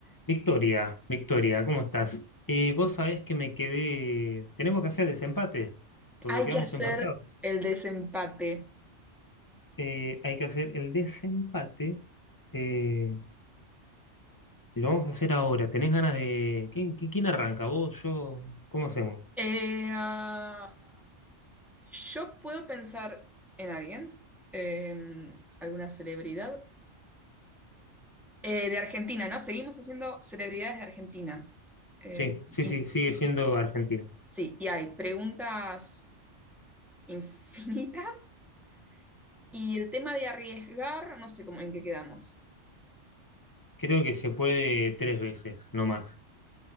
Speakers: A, on the left; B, in the centre.
A: Victoria, Victoria, ¿cómo estás? Eh, vos sabés que me quedé. Tenemos que hacer desempate, porque
B: Hay
A: quedamos
B: que hacer
A: empatados.
B: el desempate.
A: Eh, hay que hacer el desempate. eh, y lo vamos a hacer ahora. ¿Tenés ganas de. ¿Quién, qui- quién arranca? ¿Vos, yo? ¿Cómo hacemos?
B: Eh, ah, yo puedo pensar en alguien, eh, alguna celebridad Eh, de Argentina, ¿no? Seguimos haciendo celebridades de Argentina. Eh,
A: Sí, sí,
B: y,
A: sí, sigue
B: y-
A: siendo Argentina.
B: sí, y hay preguntas infinitas. Y el tema de arriesgar, no sé cómo en qué quedamos.
A: Creo que se puede tres veces, no más.